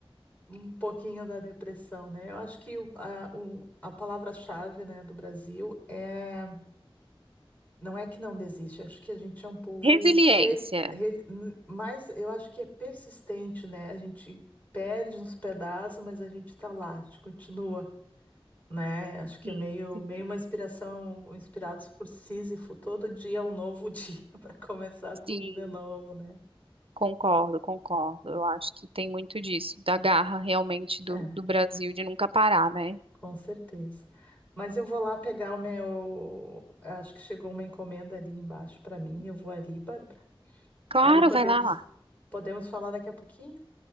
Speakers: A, on the left (about 20°); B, on the right (about 75°).
A: um pouquinho da depressão, né? Eu acho que o- a, o- a palavra-chave, né, do Brasil é Não é que não desiste, acho que a gente é um povo
B: Resiliência.
A: per- rel- n- mais, eu acho que é persistente, né? A gente perde uns pedaços, mas a gente tá lá, a gente continua, né? Acho que
B: Sim,
A: é meio,
B: sim,
A: meio uma inspiração, inspirados por Sísifo, todo dia é um novo <laughs> dia para começar tudo
B: sim,
A: de novo, né?
B: concordo, concordo. Eu acho que tem muito disso, da garra realmente do,
A: É, é,
B: do Brasil de nunca parar, né?
A: com certeza. Mas eu vou lá pegar o meu, acho que chegou uma encomenda ali embaixo para mim, eu vou ali, Bárbara.
B: Claro,
A: Aí podemos,
B: vai lá, Mar.
A: podemos falar daqui a pouquinho?